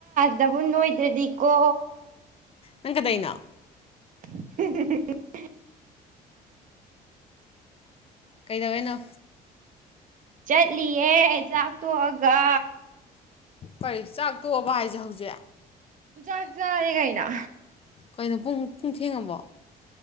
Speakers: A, on the right; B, on the left.
A: ꯗꯕꯨ ꯅꯣꯏꯗ꯭ꯔꯗꯤꯀꯣ
B: ꯅꯪ ꯀꯗꯩ ꯏꯅꯣ
A: <inaudible>
B: ꯀꯩꯗꯧꯏꯅꯣ
A: ꯆꯠꯂꯤꯌꯦ ꯆꯥꯛ ꯇꯣꯛꯑꯒ
B: ꯀꯔꯤ ꯆꯥꯛ ꯇꯣꯛꯑꯕ ꯍꯥꯏꯁꯦ ꯍꯧꯖꯤꯛ
A: ꯆꯥꯛ ꯆꯥꯔꯦ ꯀꯩꯅꯣ
B: ꯀꯩꯅꯣ ꯄꯨꯡ ꯄꯨꯡꯖ ꯊꯦꯡꯉꯕꯣ